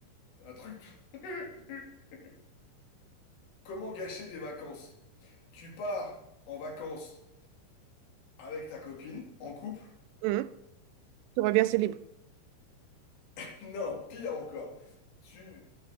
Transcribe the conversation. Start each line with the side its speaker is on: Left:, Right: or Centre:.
Left: un truc. <laughs> Comment gâcher des vacances? Tu pars en vacances avec ta copine, en couple.
Right: Hum, tu reviens, c'est libre.
Left: <laughs> Non, pire encore. Tu.